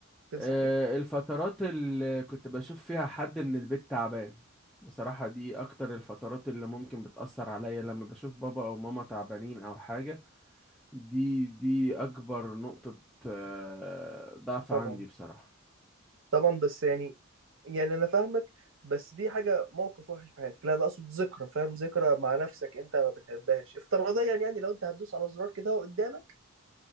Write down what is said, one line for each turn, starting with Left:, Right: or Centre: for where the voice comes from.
Right: تمسح
Centre: أه
Right: إيه؟
Centre: الفترات اللي كنت بشوف فيها حد من البيت تعبان بصراحة دي اكتر الفترات اللي ممكن بتأثر عليا لما بشوف بابا او ماما تعبانين او حاجة دي دي اكبر نقطة آه، ضعف
Right: طبعا
Centre: عندي بصراحة
Right: طبعًا بس يعني يعني أنا فاهمك، بس دي حاجة موقِف وِحِش في حياتك، لأ أنا أقصد ذكرى فاهم، ذكرى مع نَفْسك أنت ما بتحبهاش، افتراضيًا يعني يعني لو أنت هتدوس على زرار كده أهو قدّامك